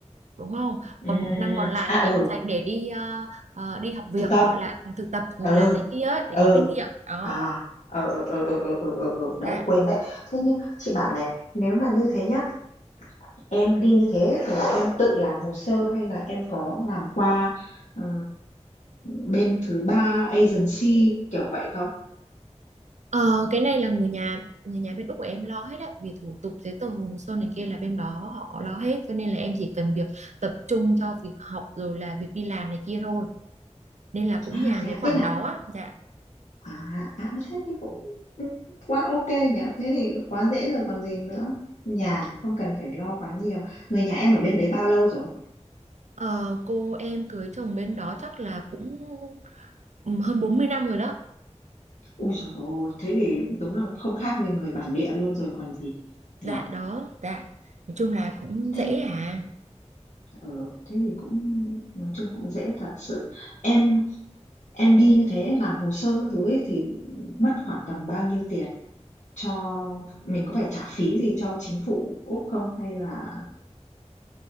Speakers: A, on the right; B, on the left.
A: đúng không?
B: Ừm,
A: Còn một Ừ. năm còn lại
B: à,
A: là em
B: ừ,
A: dành để đi ờ, ờ, đi học việc
B: thực tập,
A: gọi là thực tập rồi
B: ừ,
A: là này kia ấy để
B: ừ,
A: có kinh nghiệm. Đó.
B: à, ờ, ờ, ờ, ờ, ờ, ờ, ờ, ờ,
A: Dạ.
B: đấy, quên đấy. Thế nhưng chị bảo này, nếu mà như thế nhá, em đi như thế thì là em tự làm hồ sơ hay là em có làm qua ờ, bên thứ ba agency kiểu vậy không?
A: Ờ, cái này là người nhà người nhà bên Úc của em lo hết á vì thủ tục giấy tờ hồ sơ này kia là bên đó họ lo hết cho nên là em chỉ cần việc tập trung cho việc học rồi là việc đi làm này kia thôi nên là cũng
B: À,
A: nhàn
B: thế
A: cái
B: à,
A: khoản
B: tức là
A: đó á. Dạ.
B: À, à, thế thì cũng, quá ok nhở Thế thì quá dễ rồi còn gì nữa. Nhàn, không cần phải lo quá nhiều. Người nhà em ở bên đấy bao lâu rồi?
A: Ờ, cô em cưới chồng bên đó chắc là cũng ừ, hơn 40 năm rồi đó
B: ui giời ôi! Thế thì đúng là không khác gì người bản địa luôn rồi còn gì,
A: dạ
B: nhở
A: đó dạ nói chung là cũng
B: Thế
A: dễ à
B: ờ, thế thì cũng nói chung cũng dễ thật sự. Em em đi như thế làm hồ sơ các thứ ấy thì, mất khoảng tầm bao nhiêu tiền? Cho mình có phải trả phí gì cho chính phủ Úc không hay là